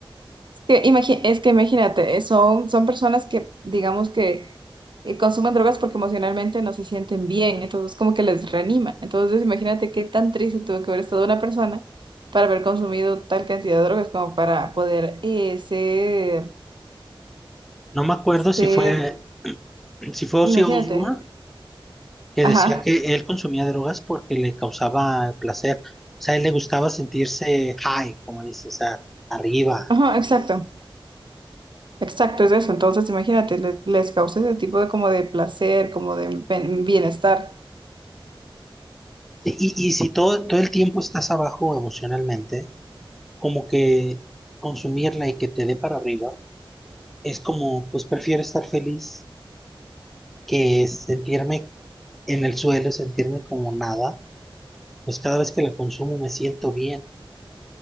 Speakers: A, on the right; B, in the centre.
A: que, imagi- es que imagínate, eh, son, son personas que, digamos que eh, consumen drogas porque emocionalmente no se sienten bien, entonces como que les reanima. Entonces imagínate qué tan triste tuvo que haber estado una persona para haber consumido tal cantidad de drogas como para poder eh, ser,
B: No me acuerdo
A: ser,
B: si fue, si fue Ozzy
A: imagínate,
B: Osbourne que
A: ajá,
B: decía que él consumía drogas porque le causaba placer. O sea, a él le gustaba sentirse high, como dices, o sea, arriba.
A: ajá, exacto, exacto, es eso. Entonces imagínate, les, les causa ese tipo de como de placer, como de ben- bienestar.
B: Y, y si todo, todo el tiempo estás abajo emocionalmente, como que consumirla y que te dé para arriba, es como, pues prefiero estar feliz que sentirme en el suelo, sentirme como nada, pues cada vez que la consumo me siento bien.